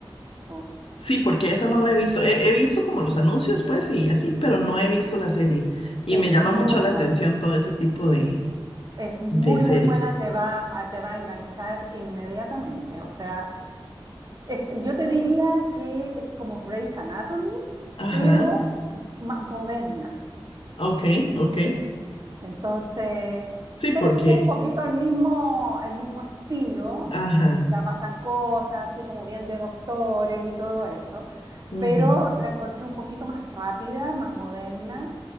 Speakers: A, on the right; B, on the left.
A: mucho.
B: Sí, porque esa no la he visto. He, he visto como los anuncios, pues, y así, pero no he visto la serie. Y
A: Es
B: me llama
A: muy
B: mucho la
A: buena.
B: atención todo ese tipo de,
A: Es muy,
B: de series.
A: muy buena, te va a, te va a enganchar inmediatamente. O sea, Es- yo te diría que es como Grey's Anatomy,
B: Ajá.
A: pero más moderna.
B: Ok, ok.
A: Entonces,
B: Sí, porque,
A: pero es como un Ok. poquito el mismo, el mismo estilo.
B: ajá,
A: O sea, pasan cosas así como bien de doctores y todo eso.
B: ujú,
A: Pero la encontré un poquito más rápida, más moderna.